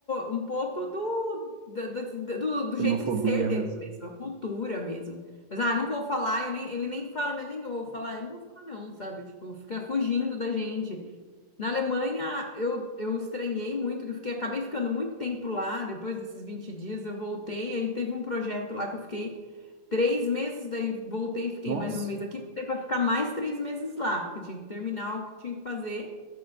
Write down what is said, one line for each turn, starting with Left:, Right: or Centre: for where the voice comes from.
Left: um pouco do, da- da- da- do, do
Right: xenofobia
Left: jeito de ser deles
Right: mesmo.
Left: mesmo, a cultura mesmo. Mas, ah, não vou falar, eu nem, ele nem fala minha língua, eu vou falar, eu não vou falar não, sabe? Tipo, fica fugindo da gente. Na Alemanha, eu, eu estranhei muito, que eu fiquei, acabei ficando muito tempo lá, depois desses 20 dias eu voltei, aí teve um projeto lá que eu fiquei três meses, daí voltei, fiquei
Right: Nossa,
Left: mais um mês aqui, voltei para ficar mais três meses lá, porque tinha que terminar o que tinha que fazer.